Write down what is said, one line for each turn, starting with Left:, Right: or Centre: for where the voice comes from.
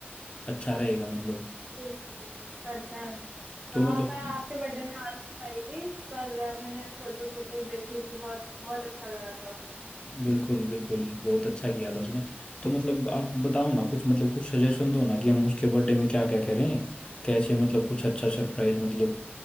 Left: अच्छा रहेगा मतलब
Right: बिल्कुल बिल्कुल करते हैं
Left: तो
Right: हाँ
Left: मतलब
Right: मैं आपके बर्थडे में आ नहीं पाई थी पर अ, मैंने फोटोज वोटोज देखी थी बहुत बहुत अच्छा लगा था उसमें
Left: बिल्कुल बिल्कुल बहुत अच्छा किया था उसने तो मतलब आप बताओ ना कुछ मतलब कुछ सजेशन दो ना कि हम उसके बर्थडे में क्या क्या करें कैसे मतलब कुछ अच्छा सरप्राइज मतलब